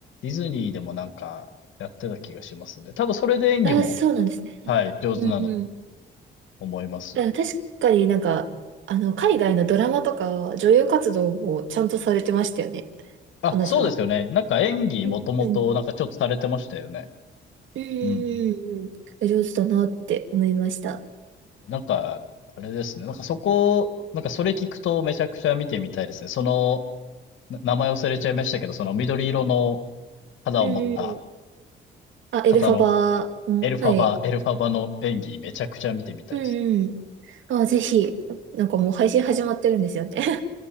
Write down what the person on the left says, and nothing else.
ィズニーでもなんかやってた気がしますね。多分それで演技も、
はい、上手なんだと
思いますね。
あ、
そうですよね。なんか演技もともとなんかちょっとされてましたよね。
うん。
なんか、あれですね。なんかそこ、なんかそれ聞くとめちゃくちゃ見てみたいですね。その、な名前忘れちゃいましたけど、その緑色の肌を持った
方の
エルファバ、
エルファバの演技めちゃくちゃ見てみたいですね。